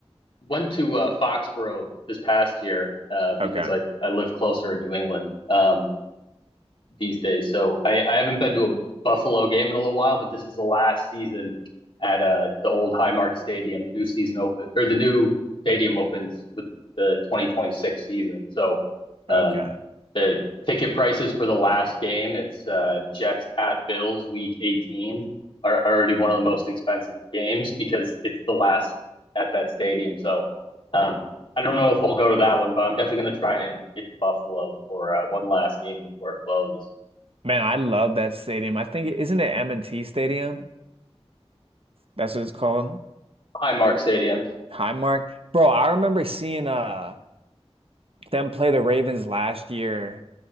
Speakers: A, on the left; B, on the right.
A: went to uh, Foxborough this past year uh, because
B: Okay.
A: I I live closer in New England. Um, these days. So I, I haven't been to a Buffalo game in a little while, but this is the last season at uh, the old Highmark Stadium. The new season open or the new stadium opens with the 2026 season. So um,
B: Okay.
A: the ticket prices for the last game, it's uh, Jets at Bills, Week 18, are already one of the most expensive games because it's the last at that stadium. So um, I don't know if we'll go to that one, but I'm definitely going to try and get to Buffalo for uh, one last game before it closes.
B: Man, I love that stadium. I think isn't it M&T Stadium? That's what it's called.
A: Highmark Stadium.
B: Highmark. Bro, I remember seeing uh them play the Ravens last year.